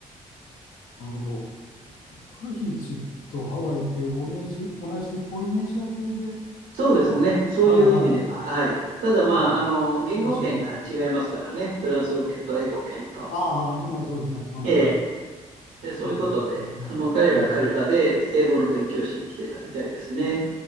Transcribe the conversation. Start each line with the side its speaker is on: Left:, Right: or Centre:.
Left: るほど。タヒチとハワイって同じ、同じポリネシア系で、
Right: そうですね、
Left: なんか、
Right: そういう意味では、
Left: はいはいはい。
Right: はい。ただ、まあ、
Left: うん、
Right: あの、言語圏が違いますからね、
Left: 近しい。
Right: フランス語圏と英語圏と。
Left: ああー、今そうですね。うんうん、
Right: ええ、でそういうことで、
Left: そうなんですね。
Right: あの、彼らは彼らで英語の勉強しに来てたみたいですね。
Left: あ